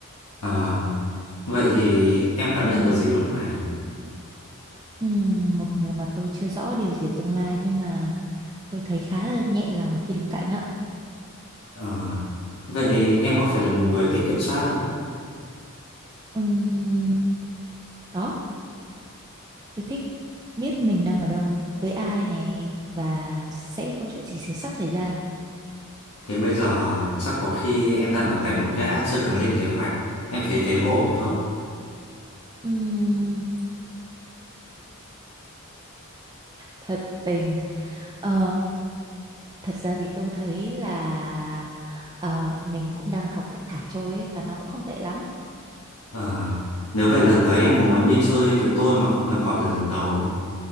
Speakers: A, on the left; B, on the right.
A: ờ, vậy thì em cảm nhận được gì lúc này
B: Ừm, một người mà tôi chưa rõ điều gì ở tương lai nhưng mà tôi thấy khá là nhẹ lòng khi đứng cạnh ạ
A: ờ, vậy em có phải là một người thích kiểm soát không
B: Ừm, Có, tôi thích biết mình đang ở đâu, với ai nè và sẽ có chuyện gì sẽ sắp xảy ra.
A: thế bây giờ chắc có khi em đang ở cạnh một gã chưa từng lên kế hoạch em thấy thế có ổn không
B: Ừm, thật tình, ờ, thật ra thì tôi thấy là ờ, mình cũng đang học cách thả trôi ấy, và nó cũng không tệ lắm.
A: ờ, nếu vậy lần tới em có muốn đi chơi với tôi mà không cần gọi là lần đầu không